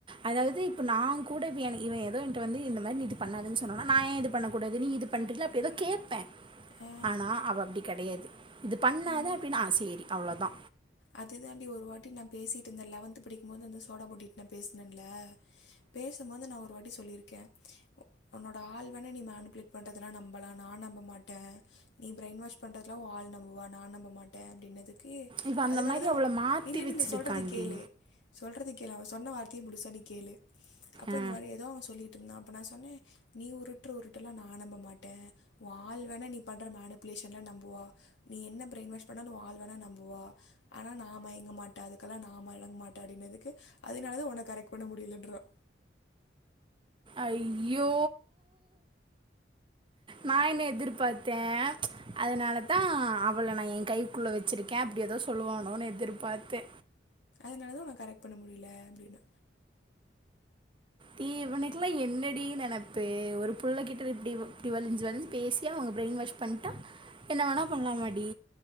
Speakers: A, on the right; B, on the left.
A: அதாவ்து இப்ப நாங் கூட வி எனக் இவ ஏதோ என்ட்ட வந்து இந்த மாரி நீ இது பண்ணாதன் சொன்னோனா நா ஏ இது பண்ணக் கூடாது நீ இது பண்றீல அப்ப ஏதோ கேப்ப
B: ஆ
A: ஆனா அவ அப்டி கெடையாது இது பண்ணாத
B: ம்
A: அப்டின்னா ஆ சேரி அவ்ளோதா
B: அதுதாண்டி ஒரு வாட்டி நா பேசியிட்ருந்த லெவன்த்து படிக்கும் போது அந்த சோடா புட்டிட் நா பேஸ்னன்ல பேசம்மோது நா ஒரு வாட்டி சொல்லிருக்கே உ ஒன்னோட ஆழ்வன நீ மேனுப்புளேட் பண்றதெல்லா நம்பலா நான நம்ப மாட்ட நீ ப்ரைன் வாஷ் பண்றத்லா ஓ ஆள் நம்புவா நா நம்ப மாட்டே அப்டின்னதுக்கு
A: இவ அந்த
B: அதுனால
A: மாரி
B: தா
A: அவள
B: ஒ
A: மாத்தி
B: நில்லு
A: வச்சிருக்கான்டி.
B: நில்லு சொல்றதக் கேளுே சொல்றத கேளு அவ சொன்ன வார்த்தைய முழுசா நீ கேளு அப்பொ
A: அ
B: இந்த மாரியேதா அவ சொல்லியிட்ருந்தா அ ப்ப சொன்னே நீ உருட்ற உருட்டெல்லா நா நம்ப மாட்ட ஓ ஆள் வேணா நீ பண்ற மேனுப் ப்ளேஷன நம்புவா நீ என்ன ப்ரைன் வாஷ் பண்ணாலு ஓ ஆள் வேணா நம்புவா ஆனா நா மயங்க மாட்ட அது க்கல்லா நா மழங் மாட்ட அப்டின்னதுக்கு அதுனாலதா ஒன்ன கரெக்ட் பண்ண முடியிலன்றா
A: ஐய்யோ நா என்ன எதிர்பாத்தே அதுனாலத்தா அவள நா ஏங் கைக்குள்ள வச்சிருக்கே அப்டி தோ சொல்லுவானோனு எதிர்பாத்தே
B: த்னாலதா உன்ன கரெக்ட் பண்ண முடில அப்டின்ன
A: ஏ இவனுக்குல்லா என்னடி நெனப் தூ ஒரு புள்ளக் கிட்ட இப்டி இப்டி வழ்ஞ்சி வழ்ஞ்சி பேசி அவங்க ப்ரைன் வாஷ் பண்ணிட்டா என்னா வேணா பண்லாமாடீ